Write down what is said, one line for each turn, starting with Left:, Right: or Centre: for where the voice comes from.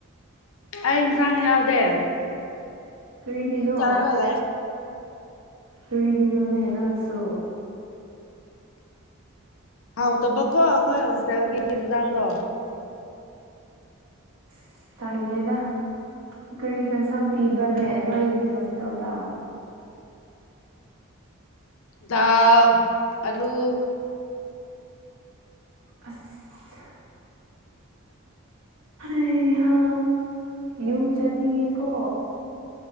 Left: ꯑꯩ ꯏꯟꯁꯥꯡ ꯌꯥꯎꯗꯦ
Right: ꯀꯔꯤꯒꯤꯅꯣ
Left: ꯃꯤꯃꯤ ꯆꯥꯔ ꯂꯩ
Right: ꯀꯔꯤꯒꯤꯅꯣꯅꯦ ꯅꯪꯁꯨ
Left: ꯍꯥꯎꯇꯕꯀꯣ ꯑꯈꯣꯏ ꯍꯣꯁꯇꯦꯜꯒꯤ ꯏꯟꯖꯥꯡꯗꯣ
Right: ꯑꯁ ꯇꯜꯂꯦꯗ ꯀꯔꯤꯒꯤ ꯍꯦꯟꯁꯥꯡ ꯄꯤꯕ꯭ꯔꯅꯦ ꯅꯣꯏꯒꯤ ꯍꯣꯁꯇꯦꯜꯗ
Left: ꯊꯎ ꯑꯂꯨ
Right: ꯑꯁ ꯑ ꯍꯥ ꯌꯨꯝ ꯆꯠꯅꯤꯡꯦ ꯀꯣ